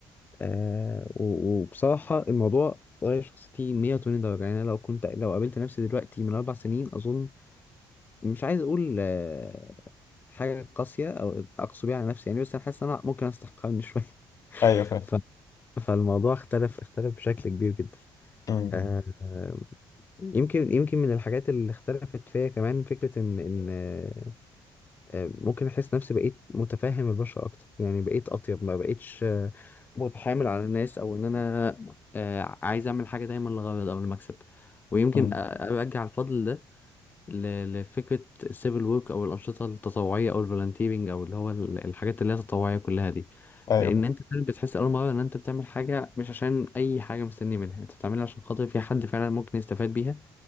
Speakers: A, on the left; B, on the left.
A: آه و- وبصراحة الموضوع غير شخصيتي 180 درجة يعني أنا لو كنت لو قابلت نفسي دلوقتي من أربع سنين أظن مش عايز أقول آه حاجة قاسية أو أقسو بيها على نفسي يعني بس أنا حاسس إن أنا ممكن أستحقها من شوية <laughs>
B: ايوه فاهم
A: ف... فالموضوع اختلف اختلف بشكل كبير جدا
B: مم.
A: آه يمكن يمكن من الحاجات اللي اختلفت فيا كمان فكرة إن إن آه، ممكن احس نفسي بقيت متفهم البشر اكتر يعني بقيت اطيب ما بقيتش آه، متحامل على الناس او ان انا آه، عايز اعمل حاجه دايما للغرض او المكسب ويمكن
B: مم.
A: أ- ارجع الفضل ده ل- لفكره السيفل ورك او الانشطه التطوعيه او الفولنتيرنج او اللي هو ال- الحاجات اللي هي التطوعيه كلها دي
B: ايوه
A: لان
B: فاهم
A: انت فعلا بتحس اول مره ان انت بتعمل حاجه مش عشان اي حاجه مستني منها انت بتعملها عشان خاطر في حد فعلا ممكن يستفاد بيها